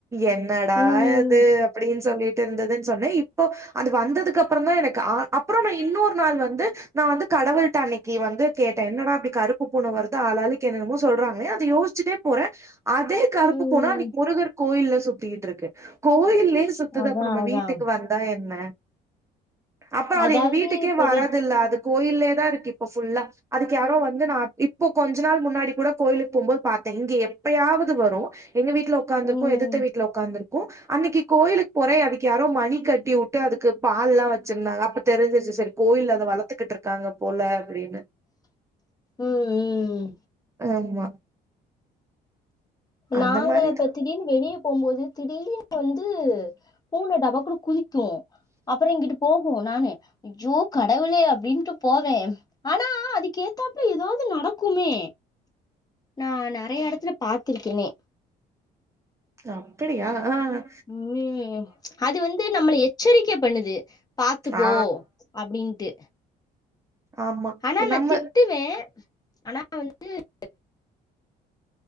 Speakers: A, on the right (about 15°); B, on the left (about 20°).
A: என்னடா
B: ம்
A: அது அப்டின்னு சொல்லிட்டு இருந்ததுனு சொன்னே இப்போ அது வந்ததுக்கு அப்பறோ தா எனக்கு ஆ அப்பறோ நா இன்னொரு நாள் வந்து நா வந்து கடவுள்ட அன்னைக்கி வந்து கேட்டே என்னடா இப்டி கருப்பு பூனை வருது ஆளாளுக்கு என்னனனுமோ சொல்றங்களே அத யோசிச்சுட்டே போறே அதே கருப்பு
B: ம்
A: பூன அன்னைக்கி முருகர் கோயில்ல சுத்திட்டு இருக்கு கோயில்லயே சு த்துது
B: அதான்
A: அப்ப நம்ம
B: அதான்
A: வீட்டுக்கு வந்தா என்ன அப்றோ அது
B: அதாவது
A: எங்க வீட்டுக்கே
B: இப்ப
A: வரதில்ல
B: வெ
A: அது கோயில்லயே தா இருக்கு இப்ப ஃபுல்லா அதுக்கு யாரோ வந்து நா இப்போ கொஞ்ச நாள் முன்னாடி கூட கோயிலுக்கு போகுபோது பாத்தே இங்க எப்பயாவது வரு எங்க வீட்ல ஒக்காந்துருக்கு
B: ம்
A: எதுத்த வீட்ல ஒக்காந்துருக்கு அன்னைக்கி கோயிலு போறே அதுக்கு யாரோ மணி கட்டி வுட்டு அதுக்கு பால் எலா வச்சிருந்தாங்க அப்ப தெரிஞ்சிருச்சு செரி கோயில்ல அத வளத்துகிட்டுரு க்காங்க போல அப்டின்னு
B: ம் ம்
A: ஆமா
B: நாங்க
A: அந்த மாரிதா
B: இப்ப திடீர்னு வெளிய போகுபோது திடீர்னு வந்து பூன டபக்குனு குதி க்கு அப்பறோ இங்கிட்டு போகு நானு அய்யோ கடவுளே அப்டின்ட்டு போவே ஆனா அதுக்கு ஏத்தாப்பல ஏதாவது நடக்குமே நா நெறைய எடத்துல பா த்துருக்கேனே
A: அப்டியா ஆஹ்
B: ம் அது வந்து நம்மள எச்சரிக்கை பண்ணுது பாத்துப்போ
A: ஆ
B: அப்டின்ட்டு
A: ஆமா
B: ஆனா நா
A: நம்ம
B: திட்டுவே ஆனா வந்து <inaudible>